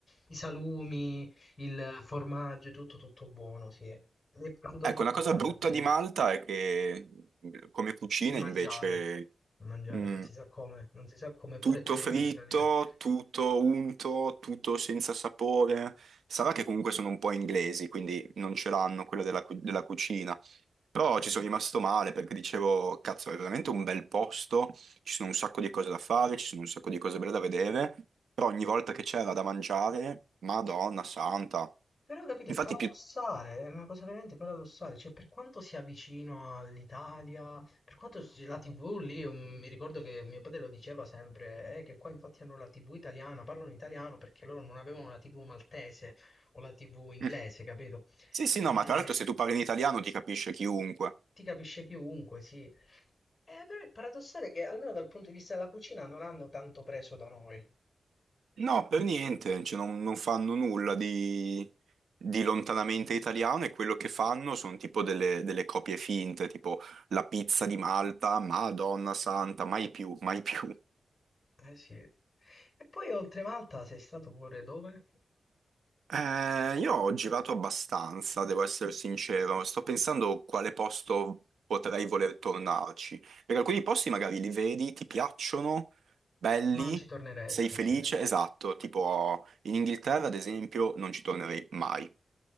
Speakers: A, on the left (about 15°); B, on the right (about 90°).
A: I salumi, il formaggio, tutto, tutto buono, sì. Mi è piaciuto
B: Ecco,
A: tutto
B: una cosa
A: nella
B: brutta
A: Sardegna.
B: di Malta è che come cucina
A: Il mangiare,
B: invece
A: il mangiare,
B: Mm.
A: non si sa come, non si sa come,
B: Tutto
A: pure essendo
B: fritto,
A: vicino all'Italia.
B: tutto unto, tutto senza sapore. Sarà che comunque sono un po' inglesi, quindi non ce l'hanno quella della, cu- della cucina. Però ci sono rimasto male perché dicevo, cazzo, è veramente un bel posto, ci sono un sacco di cose da fare, ci sono un sacco di cose belle da vedere, però ogni volta che c'era da mangiare, Madonna santa.
A: Però capite,
B: Infatti
A: è paradossale,
B: più...
A: è una cosa veramente paradossale, cioè per quanto sia vicino all'Italia, per quanto ci- la TV lì, mm, mi ricordo che mio padre lo diceva sempre, eh, che qua infatti hanno la TV italiana, parlano italiano perché loro non avevano la TV maltese o la TV inglese,
B: Mm.
A: capito?
B: Sì, sì, no,
A: E
B: ma tra l'altro se tu parli in italiano ti capisce chiunque.
A: ti capisce chiunque, sì. Eh, però è paradossale che almeno dal punto di vista della cucina non hanno tanto preso da noi.
B: No, per niente, cioè, non, non fanno nulla di, di lontanamente italiano e quello che fanno sono tipo delle, delle copie finte, tipo la pizza di Malta, Madonna santa, mai più, mai più.
A: Eh sì. E poi oltre Malta sei stato pure dove?
B: Eh, io ho girato abbastanza, devo essere sincero, sto pensando quale posto potrei voler tornarci, perché alcuni posti magari li vedi, ti piacciono, belli,
A: Ma non ci torneresti,
B: sei felice,
A: sì.
B: esatto, tipo in Inghilterra ad esempio non ci tornerei mai.